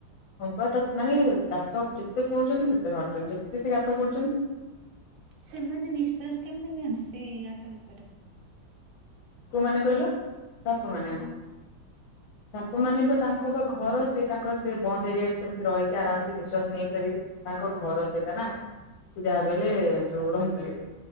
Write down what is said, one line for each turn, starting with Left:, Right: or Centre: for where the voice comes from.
Left: ହଁ ବା ତା ମାନେ ଗାତ ଯେତେ ଖୋଲୁଛନ୍ତି ସେତେ ବାହାରୁଛନ୍ତି ଯେତେ ସେ ଗାତ ଖୋଳୁ
Right: ସେମାନେ ନିଶ୍ଵାସ କେମିତି ନିଅନ୍ତି ସେଇ ଗାତ ଭିତରେ?
Left: କୋଉମାନେ କହିଲ?
Right: ସାପ।
Left: ମାନେ ନା। ସାପ ମାନେ ବା ତାଙ୍କ ବା ଘର ସେ ତାଙ୍କ ସେ ବନ୍ଦ ଏରିଆରେ ବି ସେମିତି ରହିକି ଆରାମସେ ନିଶ୍ଵାସ ନେଇପାରିବେ। ତାଙ୍କ ଘର ସେଟା ନା ସେ ଯାହା ବଲେ ଯୋଉ ରହିପାରିବେ।